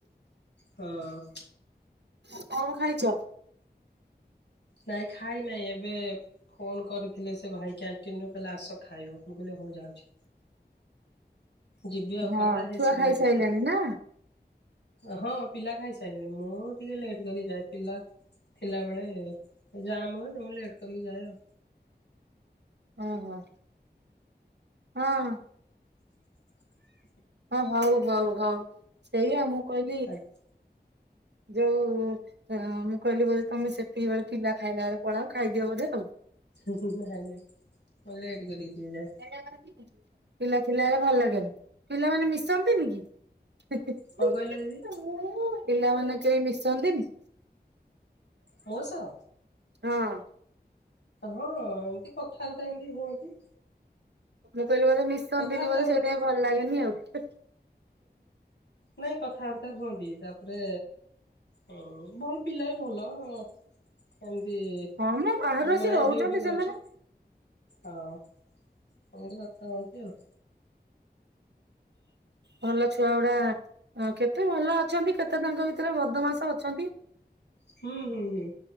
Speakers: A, on the left; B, on the right.
A: ହଁ।
B: ଆଉ କଣ ଖାଇଚ?
A: ନାଇଁ ଖାଇନାଇଁ ଏବେ ଫୋନ କରିଥିଲେ ସେ ଭାଇ କ୍ୟାନ୍ ଣ୍ଟିନ୍ ରୁ କହିଲେ ଆସ ଖାଇବ ମୁଁ କହିଲି ହଉ ଯାଉଚି। ଯିବି ଆଉ
B: ହଁ
A: କଥା ହେଇ
B: ଛୁଆ
A: ସାରିକି
B: ଖାଇସାଇଲେଣି
A: ଯିବି।
B: ନା?
A: ହଁ ପିଲା ଖାଇସାଇଲେଣି ମୁଁ ଟିକେ ଲେଟ୍ କରି ଯାଏ ପିଲା ଥିଲାବେଳେ ହେ ଜାମ ହୁଏ ତ ମୁଁ ଲେଟ୍ କରିକି ଯାଏ ଆଉ।
B: ଓ ହୋ। ହଁ
A: <inaudible>
B: ହଁ ହଉ ହଉ ହଉ ସେଇଆ ମୁଁ କହିଲି
A: ଆଉ
B: ଯୋଉ ଏଁ ମୁଁ କହିଲି ବୋଧେ ତମେ ସେତିକି ବେଳେ ପିଲା ଖାଇଲା ବେଳେ ପଳାଅ ଖାଇଦିଅ ବୋଧେ ଆଉ।
A: ନାଇଁ ନାଇଁ ମୁଁ ଲେଟେ କରିକି ଟିକେ ଯାଏ।
B: <inaudible> ପିଲା ଥିଲାବଳେ ଭଲ ଲାଗେନି, ପିଲାମାନେ ମିଶନ୍ତିନି କି? ହି
A: କଣ
B: ହି।
A: କହିଲେ ଦିଦି
B: ପିଲାମାନେ କେହି ମିଶନ୍ତିନି?
A: ମୋ ସହ
B: ହଁ।
A: ହଁ ଏମିତି କଥବାର୍ତା ଏମିତି ହୁଅନ୍ତି।
B: ମୁଁ କହିଲି ବୋଧେ ମିଶନ୍ତିିନି
A: କଥାବାର୍ତ୍ତା
B: ବୋଧେ
A: ହୁଅନ୍ତି
B: ସେଥିପାଇଁ ଭଲ ଲାଗେନି ଆଉ‌।
A: ନାଇଁ କଥାବାର୍ତ୍ତା ହୁଅନ୍ତି ତାପରେ ହଁ ଭଲ ପିଲା ବି ଭଲ ଏମତି
B: ହଁ ମ ବାହାରୁ
A: କିନ୍ତୁ
B: ଆସି
A: ଭାଇ
B: ରହୁଛନ୍ତି
A: ଡିଉଟି
B: ସେମାନେ
A: କରୁଚ। ହଁ ଏନ୍ତି କଥା ଏନ୍ତି ଆଉ।
B: ଭଲ ଛୁଆ ଗୁଡା କେତେ ଭଲ ଅଛନ୍ତି କେତେ ତାଙ୍କ ଭିତରେ ବଦମାସ ଅଛନ୍ତି।
A: ହୁଁ, ହୁଁ, ହୁଁ